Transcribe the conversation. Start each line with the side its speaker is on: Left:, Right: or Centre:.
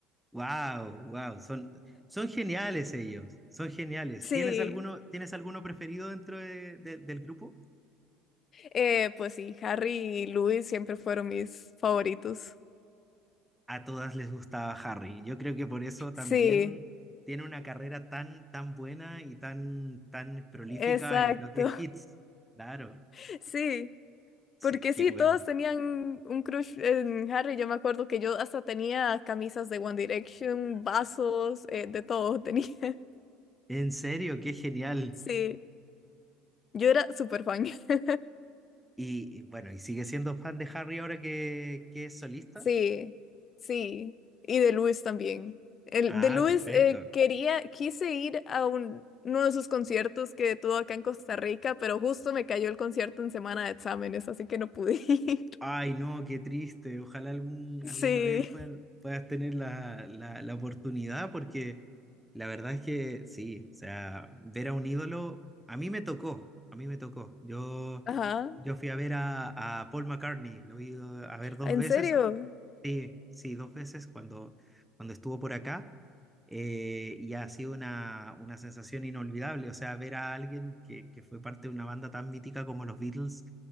Centre: Wow, wow, son, son geniales ellos, son geniales.
Left: Sí,
Centre: ¿Tienes alguno, tienes alguno preferido dentro de- de- del grupo?
Left: eh, pues sí, Harry y Louis siempre fueron mis favoritos.
Centre: A todas les gustaba Harry. Yo creo que por eso
Left: Sí.
Centre: también tiene una carrera tan, tan buena y tan, tan prolífica
Left: Exacto,
Centre: en lo que es hits. Claro,
Left: <laughs> sí,
Centre: sí,
Left: porque sí,
Centre: qué bueno.
Left: todos tenían un crush en Harry. Yo me acuerdo que yo hasta tenía camisas de One Direction, vasos, eh, de todo tenía. <laughs>
Centre: En serio, qué genial.
Left: Sí, yo era súper fan. <laughs>
Centre: Y, y bueno, ¿y sigue siendo fan de Harry ahora que, que es solista?
Left: Sí, sí, y de Luis también. El,
Centre: Ah,
Left: de Luis
Centre: perfecto.
Left: eh, quería, quise ir a un- uno de sus conciertos que tuvo acá en Costa Rica, pero justo me cayó el concierto en semana de exámenes, así que no pude <laughs> ir.
Centre: Ay, no, qué triste. Ojalá algún,
Left: Sí,
Centre: alguna vez puedan- puedas tener la, la, la oportunidad, porque la verdad es que sí, o sea, ver a un ídolo, a mí me tocó, a mí me tocó. Yo,
Left: ajá,
Centre: yo fui a ver a, a Paul McCartney, lo he ido a ver dos
Left: ¿en
Centre: veces,
Left: serio?
Centre: Sí, sí, dos veces cuando, cuando estuvo por acá eh, y ha sido una, una sensación inolvidable, o sea, ver a alguien que, que fue parte de una banda tan mítica como los Beatles